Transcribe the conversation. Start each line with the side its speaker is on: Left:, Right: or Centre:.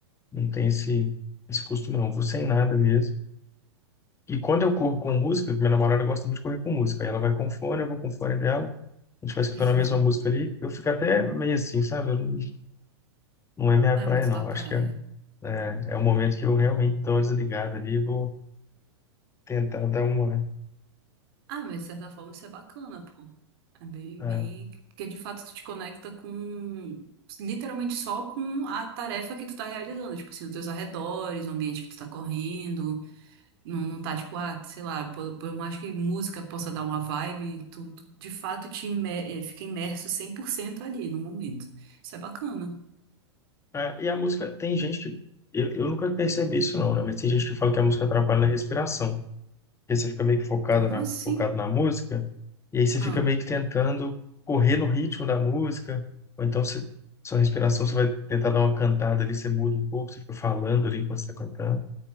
Left: não tenho esse, esse costume, não. Vou sem nada mesmo. E quando eu corro com música, minha namorada gosta muito de correr com música. Aí ela vai com fone, eu vou com fone dela. a gente vai escutando
Right: <laughs>
Left: a mesma música ali, eu fico até meio assim, sabe? Eu não, não é minha
Right: Não
Left: praia,
Right: é muito
Left: não.
Right: tua
Left: Eu
Right: praia.
Left: acho que é, é, é o momento que eu realmente dou uma desligada ali e vou tentar dar uma.
Right: Ah, mas de certa forma isso é bacana, pô. É bem,
Left: é.
Right: bem. Porque de fato tu te conecta com. Literalmente só com a tarefa que tu tá realizando. Tipo assim, os teus arredores, o ambiente que tu tá correndo. Não, não tá tipo, ah, sei lá, por, por mais que música possa dar uma vibe, tu, tu de fato te imer, eh, fica imerso 100% ali no momento. Isso é bacana.
Left: É, e a música, tem gente que. Eu, eu nunca percebi isso, não, né? Mas tem gente que fala que a música atrapalha na respiração. Porque você fica meio que focado
Right: Como
Left: na,
Right: assim?
Left: focado na música, e aí você
Right: Ah,
Left: fica meio que tentando correr no ritmo da música, ou então você, sua respiração, você vai tentar dar uma cantada ali, você muda um pouco, você fica falando ali enquanto você está cantando.